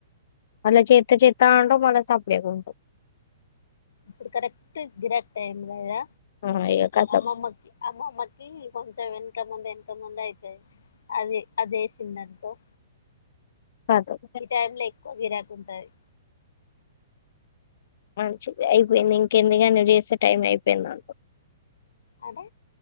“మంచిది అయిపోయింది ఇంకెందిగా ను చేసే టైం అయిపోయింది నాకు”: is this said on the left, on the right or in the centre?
Left